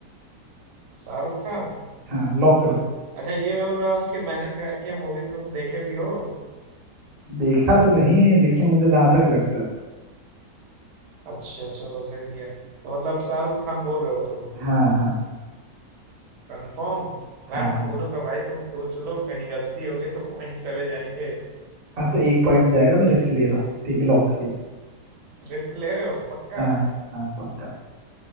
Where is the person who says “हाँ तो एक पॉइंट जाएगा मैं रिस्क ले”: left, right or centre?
Right